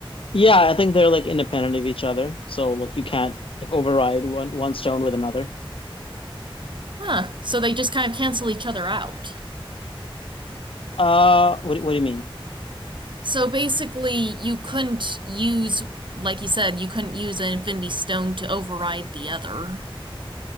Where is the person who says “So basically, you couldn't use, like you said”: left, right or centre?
Right